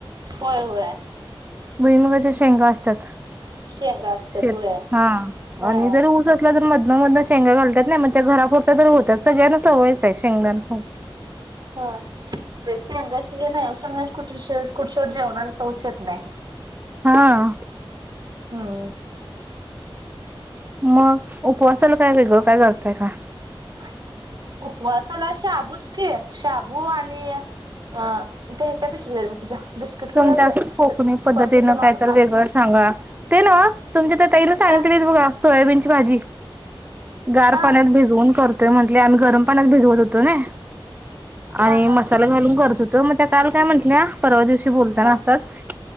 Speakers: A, on the right; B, on the right.
A: होय होय
B: भुईमुगाच्या शेंगा असतात
A: शेंगा असत्यात
B: शेत
A: होय
B: हा
A: हा
B: आणि जर ऊस असला तर म न मध शेंगा घालतात नाही म्हणजे घरापुरच्या तरी होतात सगळ्यांना सवयचं आहे शेंगदाना
A: हा रेश हंगास गला स <unintelligible> कुठ कुठसोड जेवणाला चौचत नाही
B: हा
A: <unintelligible> हम्
B: मग उपवासाला काय वेगळं काय करतय का
A: आहे उपवासाला शाबूच क शाबू आणि अ त्याच्या पश पूजा बिस्किट
B: तुमच्या
A: पुढ
B: असं कोकणी पद्धतीनं
A: पर्सच्या माग
B: कायत
A: हा.
B: वेगळं सांगा ते ना तुमच्या तर त ना सांगित
A: हा
B: बघा सोयाबीनची भाजी गार
A: हा
B: पाण्यात भिजवून करत म्हटले आम्ही गरम पाण्यात भिजवत होतो ना
A: हा
B: आणि
A: हा
B: मसाला घालून करत होतो त मग त्या काल काय म्हंटल्या परवा दिवशी बोलताना
A: हा
B: असंच